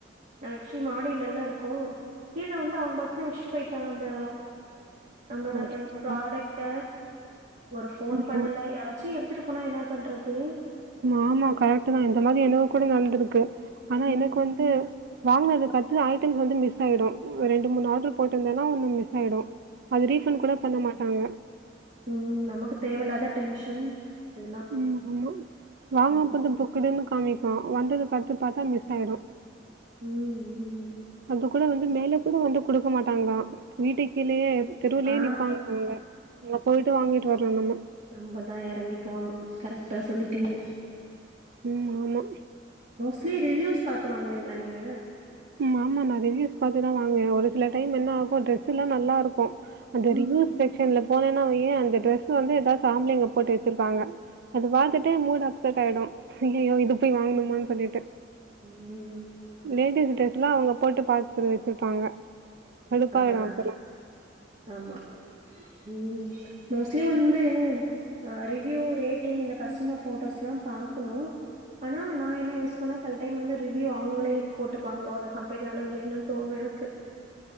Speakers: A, on the right (about 45°); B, on the right (about 60°).
A: நாங்க அக்சுவலி மாடிலல்ல இருக்கோ கீழ வந்து அவுங்க பாட்ணு வெச்ட்டு பேய்ட்டாங்க அந்த நம்மளோட
B: அச்சச்சோ!
A: என் ப்ராடக்ட்ட ஒரு ஃபோன்
B: ஐயோ!
A: பண்ணல யாராச்சும் எடுத்துட்டுப் போனா என்னா பண்றது
B: ஆமா கரெக்ட்டு தான் இந்த மாதிரி எனக்கு கூட நடந்துருக்கு ஆனா எனக்கு
A: ம்
B: வந்து வாங்குனதுக்கட்த்துதா ஐட்டம்ஸ் வந்து மிஸ் ஆயிடும் ஒரு ரெண்டு மூணு ஆட்ரு போட்ருந்தேன்னா ஒன்னு மிஸ் ஆயிடோ அது ரீஃபண்ட் கூட பண்ண மாட்டாங்க
A: உம் நமக்கு தேவயில்லாத டென்ஷன் இதெல்லா
B: உம் ம் வாங்கான
A: ம்
B: போது புக்குடுன்னு காமிக் கும் வந்தது பட்சிச்சி பாத்தா மிஸ் ஆயிடும்
A: ம் ம்
B: அது கூட வந்து மேலே கொண்டு வந்து குடுக்க மாட்டாங்கலாம் வீட்டுக்கு கீழயே தெருவுலயே
A: ஆ
B: நிப்பாங்க அவுங்க அங்க போயிட்டு வாங்கிட் டு வரணுமா
A: நம்பதான் எறங்கி போனும் கரெக்ட்டா சொல்லிட்டீங்க
B: உம் ஆமா
A: ஃபிரி ரிவ்யூஸ் பாத்து வாங்குவீங்களா நீங்க
B: ம் ஆமாமா ரிவ்வியூஸ் பாத்துதான் வாங்குவேன் ஒரு சில டைம் என்னஆகும் ட்ரெஸ்ல்லாம் நல்லாருக்கும் அந்த
A: ம்
B: ரிவ்வியூஸ் செக்சன்ல போனேன்னா வையேன் அந்த ட்ரெஸ்ச வந்து ஏதாச்சு ஆம்பளைங்க போட்டு வச்சிருப்பாங்க அது பாத்துட்டு மூடு அப்செட் ஆயிடும் ஐயயோ இது போய் வாங்கணுமானு சொல்லிட்டு
A: ம்
B: லேடிஸ் ட்ரெஸ்லாம் அவங்க போட்டு பாத்து வச்சிருப்பாங்க கடுப்பாயிடும்
A: ஆஹா
B: அப்பலாம்.
A: ஆமா உம் மோஸ்லி வந்து ஆஹ் ரிவ்யூ ரேட்டிங் இந்த கஸ்டமர் போட்டோஸ்ல்லாம் பாக்கணும் ஆனா நான் என்ன யோசிப்பேன்னா செல டைம் வந்து ரிவ்யூ அவுங்களே போட்டுப்பாங்களோ அந்த கம்பெனி ஆளுங்களேன்னு தோணுவ இருக்கு